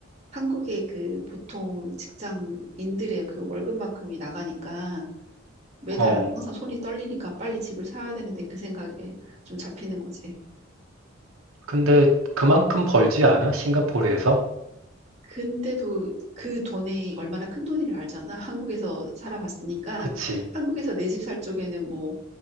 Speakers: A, on the right; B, on the right.
A: 한국의 그 보통 직장인들의 그 월급만큼이 나가니까 매달
B: 어.
A: 항상 손이 떨리니까 빨리 집을 사야 되는데 그 생각에 좀 잡히는 거지.
B: 근데 그만큼 벌지 않아? 싱가포르에서?
A: 근데도 그 돈이 얼마나 큰 돈인지를 알잖아. 한국에서 살아봤으니까
B: 그치.
A: 한국에서 내 집 살 쪽에는 뭐